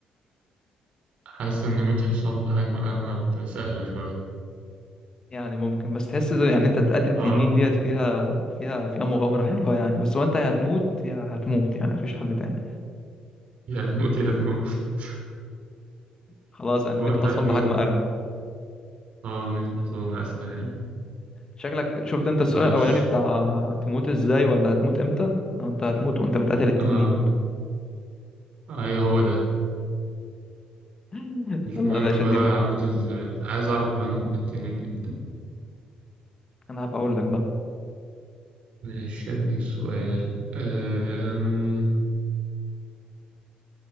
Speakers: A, on the right; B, on the left.
A: حاسس إن مية حصان بحجم أرنب سهلة شوية
B: يعني ممكن بس تحس ده- يعني انت تقاتل
A: آه
B: تنين ديت فيها فيها فيها مغامرة حلوة يعني بس هو انت يا هتموت يا هتموت يعني مفيش حل تاني
A: <laughs> يا هتموت يا هتموت <laughs>
B: خلاص يعني
A: هو
B: 100
A: أنت
B: حصان
A: هتموت
B: بحجم أرنب
A: آه مية حصان أسهل يعني
B: شكلك شفت انت السؤال
A: ماشي
B: الأولاني بتاع تموت ازاي ولا هتموت امتى انت هتموت وانت بتقاتل التنين
A: آه أيوه هو ده
B: <laughs>
A: مش
B: يلا
A: مهم
B: يا باشا
A: بقى
B: اديني
A: أموت إزاي عايز أعرف أنا هموت بالتنين إمتى.
B: انا هبقى اقول لك بقى
A: ماشي هديك سؤال أم...